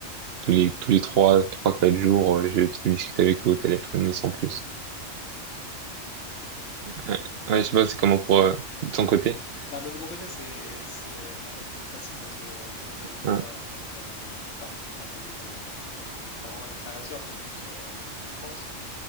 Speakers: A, on the right; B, on the left.
A: tous les tous les trois, trois quatre jours, euh, je je discute avec eux au téléphone, mais sans plus.
B: Ok. Et
A: Ouais, Ouais, je
B: est-ce
A: sais pas, c'est comment pour euh, de ton côté.
B: Bah, moi, de mon côté, c'est c'est un peu plus facile parce que comme j'habite
A: Ouais.
B: pas avec, euh, enfin, ma famille, euh, mes, mes parents et mes frères et sœurs sont tous euh, en France.